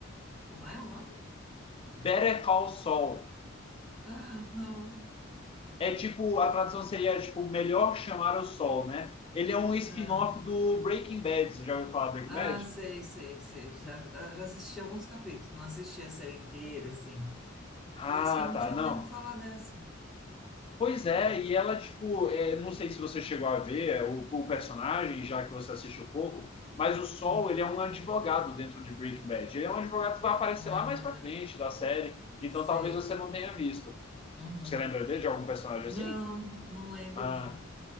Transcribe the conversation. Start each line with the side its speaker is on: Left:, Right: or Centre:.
Centre: Como é o nome?
Left: Better Call Saul.
Centre: Ah, não.
Left: É tipo, a tradução seria tipo melhor chamar o sol, né? Ele é um spin-off
Centre: Ah,
Left: do Breaking Bad. Você já ouviu falar Breaking
Centre: ah,
Left: Bad?
Centre: sei, sei, sei. Já, ah, já assisti alguns capítulos, não assisti a série inteira, assim.
Left: Ah,
Centre: Nossa, eu não
Left: tá.
Centre: tinha
Left: Não.
Centre: ouvido falar dessa.
Left: Pois é, e ela, tipo, é, não sei se você chegou a ver é, o, o personagem, já que você assistiu pouco, mas o Sol,
Centre: Uhum.
Left: ele é um advogado dentro de Breaking Bad. Ele é um advogado que vai aparecer
Centre: Ah,
Left: lá mais pra frente da série, então
Centre: sei.
Left: talvez você não tenha visto.
Centre: Uhum.
Left: Você lembra dele, de algum personagem
Centre: Não,
Left: assim?
Centre: não lembro,
Left: Ah,
Centre: não.